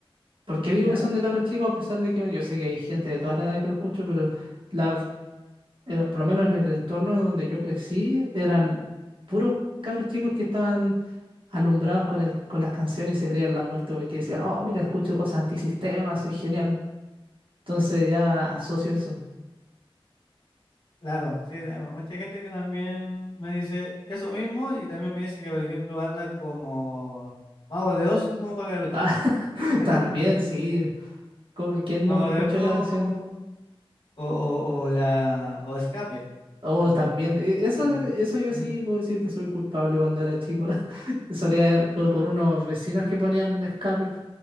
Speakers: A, on the right; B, on the left.
A: ¿Por qué
B: Ya.
A: digo que son de cabros chicos? A pesar de que bueno, yo sé que hay gente de toda la edad que lo escucho, pero la era- por lo menos en el entorno donde yo crecí, eran puros cabros chicos que estaban alumbrados con el, con las canciones y se creían la muerte porque decían, oh, mira, escucho cosas antisistema, soy genial. Entonces ya asocio eso.
B: Claro, sí, a- mucha gente que también me dice eso mismo y también me dice que, por ejemplo, bandas como Mago de Oz son como para los
A: Ah,
B: chicos.
A: <laughs>
B: <laughs>
A: también, sí. ¿Cómo- ¿Quién
B: Mago
A: no escuchó
B: de Oz
A: la canción?
B: o, o, o la, o Escape
A: Oh,
B: también.
A: también. e- Eso,
B: Mm,
A: eso yo
B: mm.
A: sí puedo decir que soy culpable cuando era chico. <laughs> Solía por con unos vecinos que ponían escape.